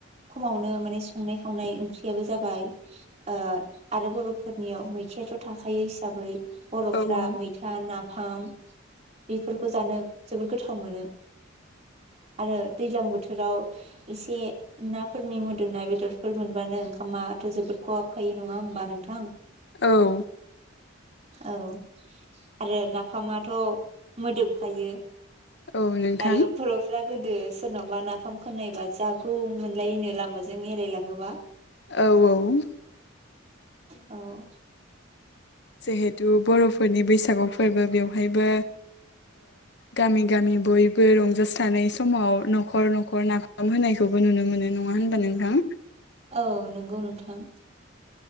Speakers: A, on the right; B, on the left.
A: खमावनो माने संनाय खावनाय ओंख्रियाबो जाबाय। ओ आरो बर'फोरनियाव मैथायाथ' थाखायो हिसाबै बर'फ्रा
B: औ
A: मैथा ना फाम बेफोरखौ जानो जोबोद गोथाव थाव मोनो आरो दैज्लां बोथोराव एसे नाफोरनि मोदोमनाय बेदरफोर मोनबानो ओंखामाथ' जोबोद खहाबखायो नङा होमबा नोंथां?
B: औ।
A: औ आरो नाफामाथ' मोदोमखायो।
B: औ नोंथां
A: आरो बर'फ्रा गोदो सोरनावबा नाफाम खोननायबा जागौ मोनलायनो लामाजों एरायलाङोबा
B: औ औ
A: औ
B: जिहेथु बर'फोरनि बैसागु फोरबो बेवहायबो गामि गामि बयबो रंजासानाय समाव नखर नखर नाफाम होनायखौबो नुनो मोनो नङा होनबा नोंथां
A: औ नंगौ नोंथां